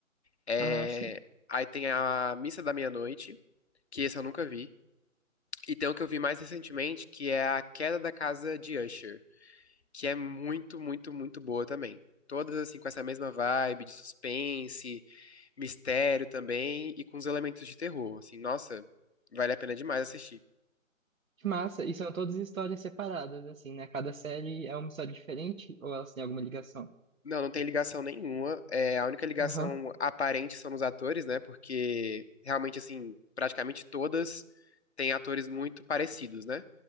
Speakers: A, on the left; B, on the right.
A: É,
B: Ah, sim.
A: aí tem a missa da meia-noite, que esse eu nunca vi. E tem o que eu vi mais recentemente, que é a Queda da Casa de Usher, que é muito, muito, muito boa também. Todas assim com essa mesma vibe de suspense, mistério também e com os elementos de terror. Assim, nossa, vale a pena demais assistir.
B: Que massa! E são todas histórias separadas, assim, né? Cada série é uma história diferente ou elas têm alguma ligação?
A: Não, não tem ligação nenhuma. É, a única ligação
B: Aham.
A: aparente são nos atores, né? Porque realmente, assim, praticamente todas têm atores muito parecidos, né?